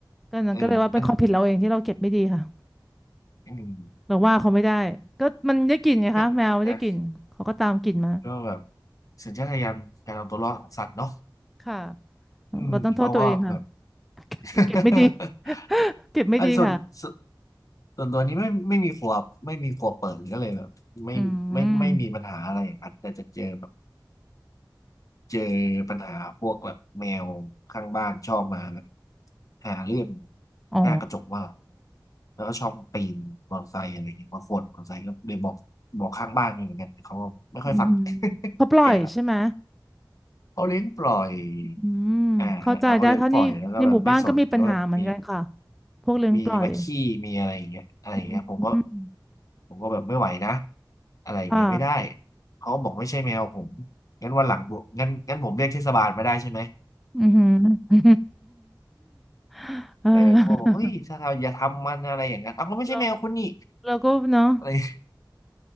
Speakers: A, in the centre; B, on the left.
A: ก็นั้นก็เลยว่าเป็นความผิดเราเองที่เราเก็บไม่ดีค่ะ
B: เอออันอืม
A: เราว่าเขาไม่ได้ก็มันได้กลิ่นไงคะแมวไม่ได้กลิ่นเขาก็ตามกลิ่นมา
B: ก็นะก็แบบสัญชาตญาณการเอาตัวรอดของสัตว์เนาะ
A: ค่ะ
B: อืมเขาก็แบบ
A: เราต้องโทษตัวเองค่ะเก็บเก็บไม่ดี
B: <laughs>
A: เก็บไม่ดีค่ะ
B: อันส่วนส่วนส่วนตัวนี้ไม่ไม่มีครัวไม่มีครัวเปิดก็เลยแบบไม่ไม่ไม่มีปัญหาอะไรอย่างนั้นแต่จะเจอแบบ
A: อืม
B: เจอปัญหาพวกแบบแมวข้างบ้านชอบมาแบบหาเรื่อง
A: อ๋อ
B: หน้ากระจกว่านแล้วก็ชอบปีนมอเตอร์ไซค์อะไรอย่างเงี้ยมาขวนมอเตอร์ไซค์ก็เลยบอกบอกข้างบ้านไปเหมือนกันแต่เขาก็ไม่ค่อยฟัง
A: อืม
B: <laughs>
A: เขาปล่อยใช่ไหม
B: แก่ละ เขาเลี้ยงปล่อย
A: อืมเข้าใจได้เท่านี้ในหมู่บ้านก็มีปัญหาเหมือนกันค่ะ
B: อ่าฮะแล้วเขาเลี้ยงปล่อยแล้วก็แบบไม่สนแล้วแบบมี
A: พวกเลี้ยงปล่อย
B: มีมาขี้มีอะไรอย่างเงี้ยอะไรอย่างเงี้ยผมก็
A: อืมอืม
B: ผมก็แบบไม่ไหวนะอะไรอย่างเงี้ยไม่ได้
A: ค่ะ
B: เขาก็บอกไม่ใช่แมวผมงั้นวันหลังผมงั้นงั้นผมเรียกเทศบาลมาได้ใช่ไหม
A: อือหือ <laughs> เอ
B: เออเขาก็บอกเฮ้ยถ้าเราอย่าทำมันอะไรอย่างนั้นเอาก็ไม่ใช่แมวคุณนี่
A: อเราเราก็เนาะ
B: อะไร